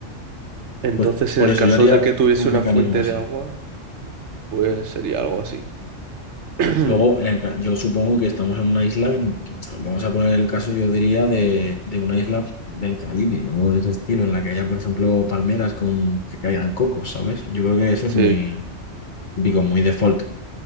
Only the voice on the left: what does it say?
pues por
eso
yo haría
un
mecanismo
así.
Luego, en el ca- yo supongo que estamos en una isla, en- vamos a poner el caso, yo diría, de, de una isla del Caribe o de ese estilo, en la que haya, por ejemplo, palmeras con que caigan cocos, ¿sabes? Yo creo que eso es
muy, digo, muy default.